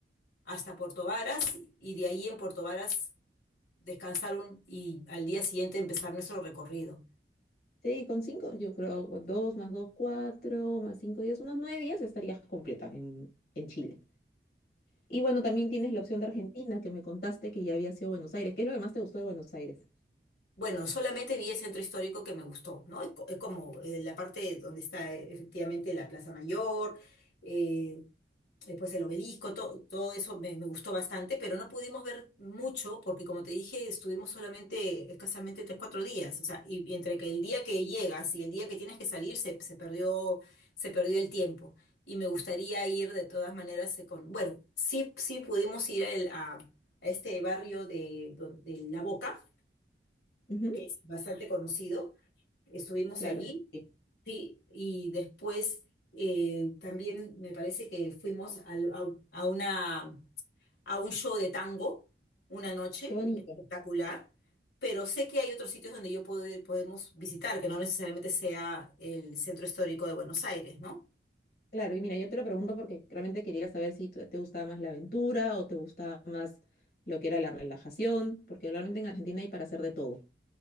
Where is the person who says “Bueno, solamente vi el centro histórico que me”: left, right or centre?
Left